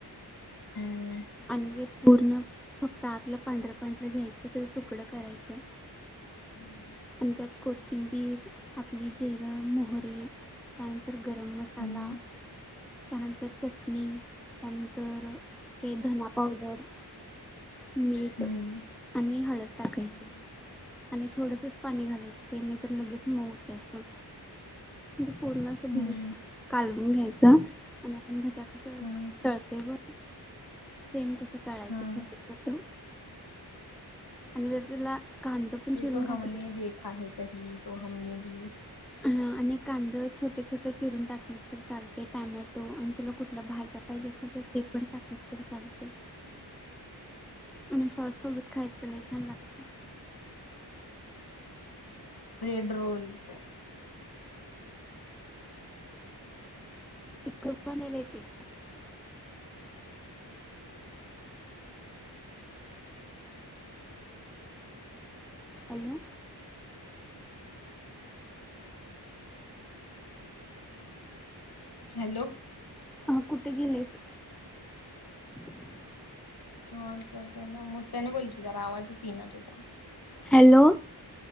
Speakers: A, on the left (about 60°); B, in the centre.
A: ह्म
B: अंडी पूर्ण त्यातलं फक्त पांढरं पांढरं घ्यायचं त्याचं तुकडं करायचं.
A: हम्म
B: आणि त्यात कोथिंबीर आपली जिरं मोहरी. त्यानंतर गरम मसाला
A: हम्म
B: त्यानंतर चटणी त्यानंतर, ते धना पावडर मीठ
A: हम्म
B: आणि हळद टाकायचे.
A: हम्म
B: आणि थोडसचं पाणी घालायचं नाही तर लगेच मऊ होतंय असं. पूर्ण असं भरून
A: हम्म
B: कालवून घ्यायचा आणि भजाचं
A: हा
B: कळतंय बघ. सेम तस तळायचं
A: हाँ
B: छोटं छोटं आणि जर तुला. कांदा पण
A: येतो
B: चिरून घातलीस
A: हमने देखा है कही तो हमने भी.
B: हा आणि आणि कांदा छोटे छोटे चिरून टाकलं तर चालतय टोमॅटो आणि तुला कुठल्या भाज्या पाहिजे असतील तर. ते पण टाकलं तरी चालतंय आणि सॉस सोबत खायचं लई छान लागतंय.
A: फ्रेंड रॉयलचे.
B: युट्युब <unintelligible> येते. हॅलो.
A: हॅलो.
B: हा कुठे गेलेत?
A: <unintelligible> <unintelligible> मोठ्याने बोल की जरा आवाजच येईना तुझा.
B: हॅलो.